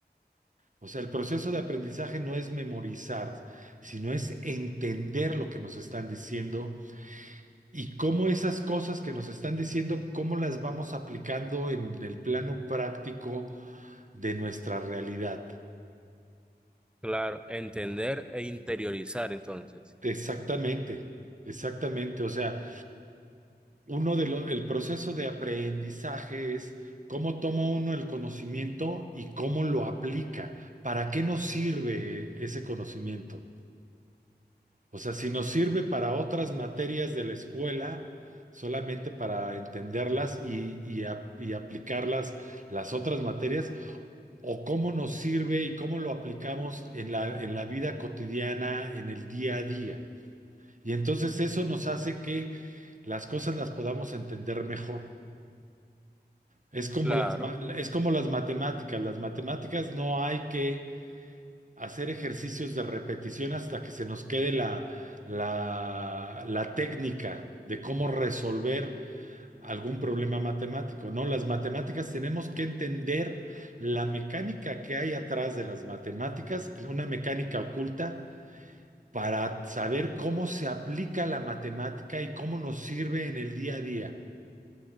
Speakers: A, on the right (about 45°); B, in the centre.
A: O sea, el proceso de aprendizaje no es memorizar, sino es entender lo que nos están diciendo y cómo esas cosas que nos están diciendo, cómo las vamos aplicando en el plano práctico de nuestra realidad.
B: Claro, entender e interiorizar entonces.
A: Exactamente, exactamente. O sea, Uno de lo- el proceso de aprendizaje es cómo toma uno el conocimiento y cómo lo aplica. ¿Para qué nos sirve ese conocimiento? O sea, si nos sirve para otras materias de la escuela, solamente para entenderlas y, y a- y aplicarlas las otras materias, o cómo nos sirve y cómo lo aplicamos en la, en la vida cotidiana, en el día a día. Y entonces eso nos hace que las cosas las podamos entender mejor. Es como
B: Claro.
A: las, ma- es como las matemáticas. Las matemáticas no hay que hacer ejercicios de repetición hasta que se nos quede la, la, la técnica de cómo resolver algún problema matemático. No, las matemáticas tenemos que entender la mecánica que hay atrás de las matemáticas, una mecánica oculta, para saber cómo se aplica la matemática y cómo nos sirve en el día a día.